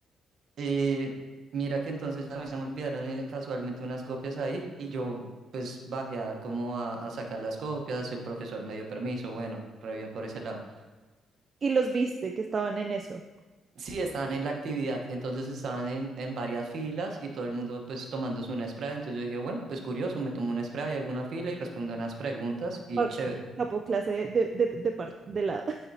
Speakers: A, on the right; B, on the right.
A: Eh, mira que entonces a mí se me olvidaron eh, casualmente unas copias ahí y yo pues bajé a como a, a sacar las copias, el profesor me dio permiso, bueno, re bien por ese lado.
B: y los viste que estaban en eso.
A: Sí, estaban en la actividad, entonces estaban en, en varias filas y todo el mundo pues tomándose una spray, entonces yo dije, bueno, pues curioso, me tomo una spray, hago una fila y respondo unas preguntas y
B: Ok,
A: chévere.
B: Capo clase de, de, de, par- de lado.